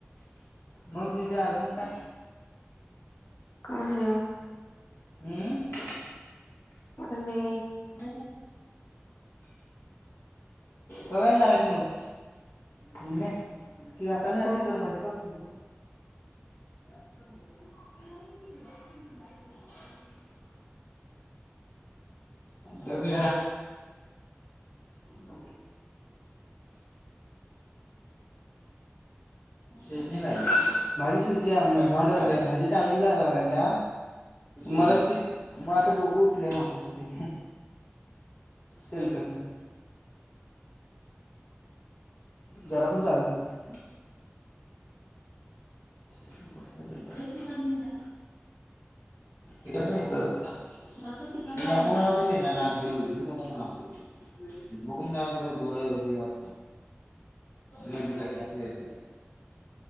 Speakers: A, on the left; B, on the left.
A: मग दिदे अजून काय?
B: काय हाय?
A: हम्म.
B: का नही.
A: <unintelligible> धरायचं मग. मम्मी जातान ह्यातली
B: हं
A: जरा भाजी काढून घे ग. ह <unintelligible> वडी <inaudible>
B: <inaudible>
A: दोन्ही पाहिजे. भाजी शिजल्या झोंड झाली भाजी चांगली लागल्या. मला त म आता डोकं उठलंय माझ त ते तेलकटन. जरा पण चालत नाही. <unintelligible> काढून जा. टिकत नाही? तिखट लागलत. नको म्हणालतो कणी नको घेऊ, घेऊ नको म्हणाल तो. बघून जा डोळ घ्याच <unintelligible>